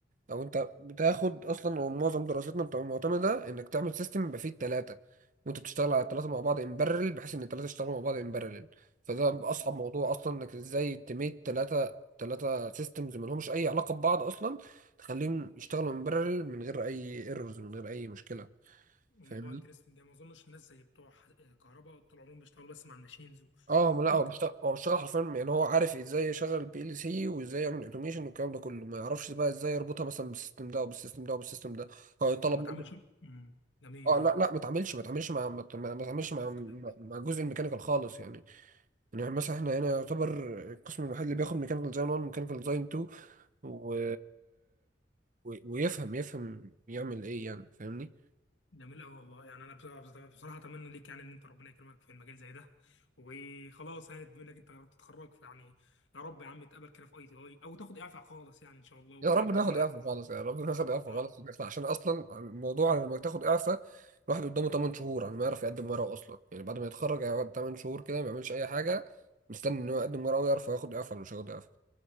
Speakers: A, on the right; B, on the left.
A: او انت بتاخد اصلا ومعظم دراستنا بتبقى معتمده انك تعمل سيستم يبقى فيه الثلاثه وانت بتشتغل على الثلاثه مع بعض ان بارلل بحيث ان الثلاثه يشتغلوا مع بعض ان بارلل فده اصعب
B: جميل
A: موضوع اصلا انك ازاي تميت ثلاثه ثلاثه سيستمز ما لهمش اي علاقه ببعض اصلا تخليهم يشتغلوا ان بارلل من غير اي ايرورز من غير اي مشكله
B: الموضوع
A: فاهمني
B: انترستنج ده ما اظنش الناس زي بتوع ح- كهرباء طول عمرهم بيشتغلوا بس مع الماشينز و-
A: اه ما لا
B: وانت
A: هو بيشتغل هو بيشتغل حرفيا يعني هو عارف ازاي يشغل البي ال سي وازاي يعمل اوتوميشن والكلام ده كله ما يعرفش بقى ازاي يربطها مثلا بالسيستم ده او بالسيستم ده او بالسيستم ده هو يطلب
B: وما تعملش
A: منه
B: جميل
A: اه
B: اه
A: لا لا ما تعملش ما تعملش مع ما تعملش مع
B: سوفت
A: مع
B: وير وكده
A: مع جزء الميكانيكال خالص يعني يعني مثلا احنا هنا يعتبر القسم الوحيد اللي بياخد ميكانيكال ديزاين 1 ميكانيكال ديزاين 2 و... و... ويفهم يفهم يعمل ايه يعني فاهمني
B: جميل أوي والله يعني أنا بصراحة بصراحة بصراحة أتمنى ليك يعني إن أنت ربنا يكرمك في المجال زي ده وخلاص يعني بما إنك أنت قربت تتخرج فيعني يا رب يا عم تقابل كده في أي تي أي أو تاخد إعفاء خالص يعني إن شاء الله وأنا
A: يا رب
B: كمان
A: ناخد
B: معاك
A: إعفاء خالص يا رب ناخد إعفاء
B: يا
A: خالص
B: رب
A: ونطلع عشان أصلا الموضوع على لما تاخد إعفاء الواحد قدامه 8 شهور على ما يعرف يقدم ورقه أصلا يعني بعد ما يتخرج هيقعد 8 شهور كده ما بيعملش أي حاجة مستني إن هو يقدم ورقه ويعرف هو ياخد إعفاء ولا مش هياخد إعفاء